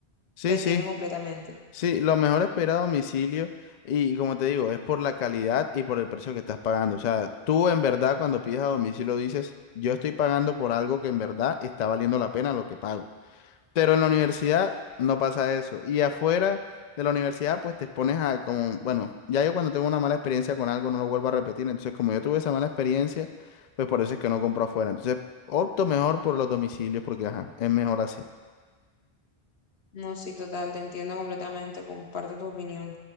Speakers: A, on the left; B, on the left.
A: Sí,
B: Te entiendo
A: sí.
B: completamente.
A: Sí, lo mejor es pedir a domicilio y como te digo, es por la calidad y por el precio que estás pagando. O sea, tú en verdad cuando pides a domicilio dices, yo estoy pagando por algo que en verdad está valiendo la pena lo que pago. Pero en la universidad no pasa eso. Y afuera de la universidad pues te expones a como, bueno, ya yo cuando tengo una mala experiencia con algo no lo vuelvo a repetir. Entonces como yo tuve esa mala experiencia, pues por eso es que no compro afuera. Entonces opto mejor por los domicilios porque, ajá, es mejor así.
B: No, sí, total, te entiendo completamente, comparto tu opinión.